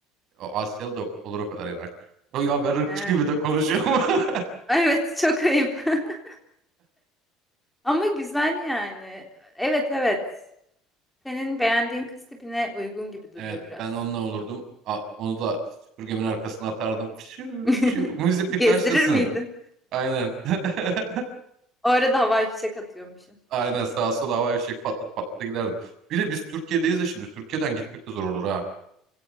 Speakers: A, on the right; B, in the centre.
A: O Asyalı da o- olur o kadar yanak. O Ya ben ırkçı
B: He.
A: gibi de konuşuyorum. <laughs>
B: Evet çok ayıp. <laughs> Ama güzel yani. Evet evet. Senin beğendiğin kız tipine uygun gibi duruyor
A: Evet
B: biraz.
A: ben onunla olurdum. A- Onu da süpürgemin arkasına atardım. Şu,
B: <laughs>
A: şu müziklik
B: Gezdirir
A: başlasın.
B: miydin?
A: Aynen. <laughs>
B: O arada havai fişek atıyormuşsun.
A: Aynen sağa sola havai fişek patlata patlata giderdim. Bir de biz Türkiye'deyiz de şimdi. Türkiye'den gitmek de zor olur ha.